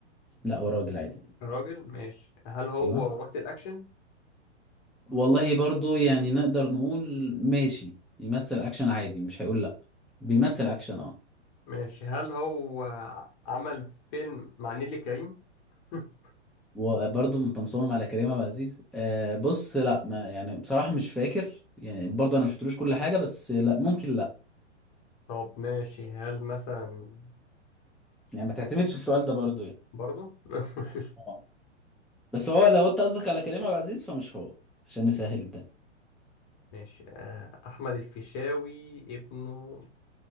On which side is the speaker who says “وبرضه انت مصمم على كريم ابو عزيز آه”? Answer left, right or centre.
Centre